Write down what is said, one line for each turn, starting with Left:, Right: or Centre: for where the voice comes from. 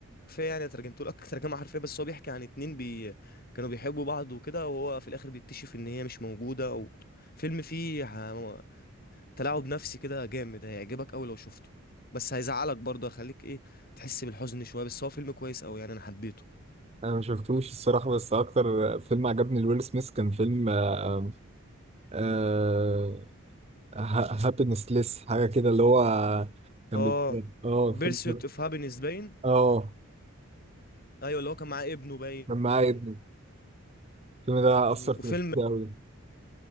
Left: حرفيه يعني ترجمته لك <laughs> ترجمه حرفيه بس هو بيحكي عن اتنين بي... كانوا بيحبوا بعض وكده وهو في الاخر بيكتشف ان هي مش موجوده و... فيلم فيه ه... تلاعب نفسي كده جامد هيعجبك قوي لو شفته بس هيزعلك برضه هيخليك ايه تحس بالحزن شويه بس هو فيلم كويس قوي يعني انا حبيته
Right: انا ما شفتوش الصراحه بس اكتر فيلم عجبني لويل سميث كان فيلم آه آه هابينس ليس حاجه كده اللي هو كان
Left: اه
Right: بي- اه
Left: بيرسيوت
Right: فيلم
Left: اوف هابينس باين
Right: اه
Left: ايوه اللي هو كان معاه ابنه باين
Right: كان معايا
Left: و...
Right: ابنه الفيلم ده
Left: مم.
Right: أثر في
Left: وفيلم
Right: نفسيتي أوي